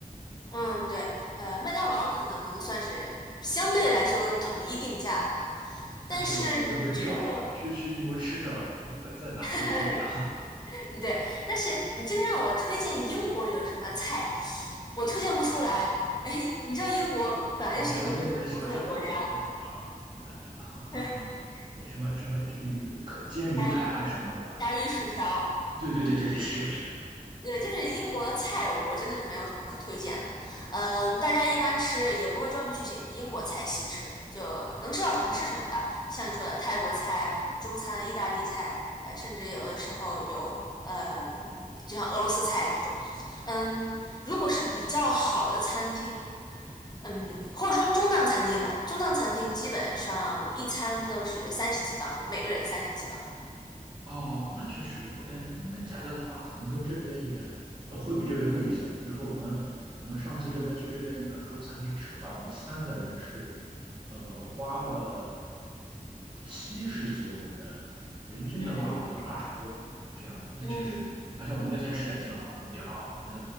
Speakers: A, on the left (about 30°); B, on the right (about 30°).
A: 嗯，对，呃，麦当劳可能算是相对来说统一定价了吧，
B: 但是我觉得没必要去去去英国吃这玩意儿因为这个在哪儿都一个味道。
A: 但是你吃过？<laughs> 对，但是你真的让我推荐英国有什么菜，我推荐不出来。<laughs> 哎，你知道英国本来就是一个没有厨子的国家，
B: <laughs> 我知道英国人喜欢吃豆子和那个和和什么
A: <laughs>
B: 呃什么什么鱼可煎鱼排还是什么，
A: 炸鱼、
B: 对吧？
A: 炸鱼薯条。
B: 对对对对对，是这个是这
A: 对，就是英国的菜，我真的是没有什么可推荐的。嗯，大家一般吃也不会专门去选英国菜系吃，就能吃到什么吃什么吧。像你说的泰国菜、中餐、意大利菜，呃，甚至有的时候有呃，就像俄罗斯菜这种。嗯，如果是比较好的餐厅，嗯，或者说中档餐厅吧，中档餐厅基本上一餐都是三十几磅，每个人三十几磅。
B: 哦，那确实，我感觉那那价格的话，可能跟这边也呃会比这边贵一些。比如说我们我们上次这边去这边一个中餐厅吃饭，我们三个人是呃花了七十几欧元，人均的话可能二十多这样。
A: 嗯
B: 那确实，
A: 嗯。
B: 而且我们那天吃的也挺好的，我们点了好像